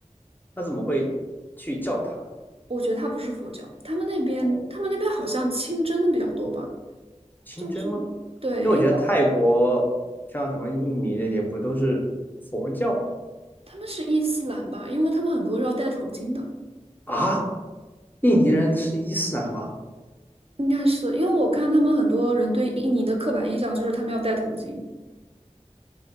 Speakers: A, on the left (about 15°); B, on the right (about 50°).
A: 那怎么会去教堂？
B: 我觉得他不是佛教，他们那边他们那边好像清真的比较多吧，
A: 哦？清真吗？
B: 就是对，
A: 因为我觉得泰国像什么印尼这些不都是佛教
B: 因为他们是伊斯兰吧，因为他们很多是要戴头巾的。”
A: 啊？印尼人是伊斯兰吗？
B: 应该是因为我看他们很多人对印尼的刻板印象就是他们要戴头巾。